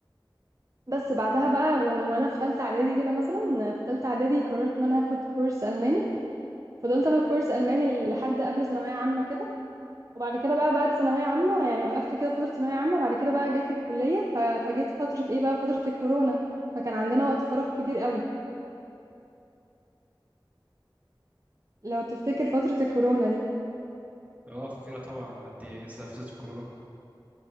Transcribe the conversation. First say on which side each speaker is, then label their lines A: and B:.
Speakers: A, on the right (about 40°); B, on the right (about 20°).
A: بس بعدها بقى وان- وانا في ثالثه اعدادي كده مثلا في ثالثه اعدادي قررت ان انا هاخد كورس الماني فضلت اخد كورس الماني لحد قبل ثانويه عامه كده وبعد كده بقى بعد ثانوية عامة يعني وقفت كده فترة ثانوية عامة بعد كده بقى جت الكلية ف- فجيت فترة ايه بقى فترة الكورونا فكان عندنا وقت فراغ كبير قوي لو تفتكر فترة الكورونا دي
B: اه فاكرها طبعا ما حد ينسى نفسة الكورونا